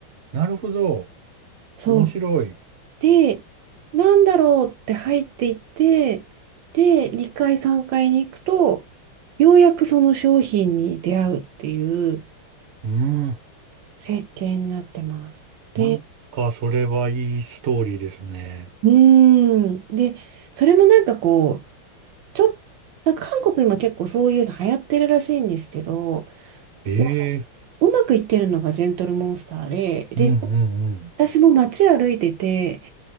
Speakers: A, on the right (about 45°); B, on the right (about 70°).
A: なるほど。
B: そう。
A: 面白い。
B: で、なんだろうって入っていって、で、2階、3階に行くと、ようやくその商品に出会うっていう
A: うん。
B: 設計になってます。で、
A: なんか、それはいいストーリーですね。
B: うーん。で、それもなんかこう、ちょっなんか韓国今結構そういうの流行ってるらしいんですけど、
A: ええ
B: なんかうまくいってるのがジェントルモンスターで、で、
A: うんうんうん。
B: 私も街歩いてて、